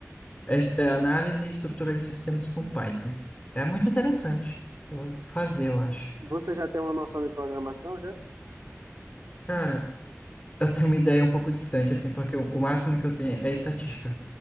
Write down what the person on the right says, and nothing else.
Você já tem uma noção de programação, já?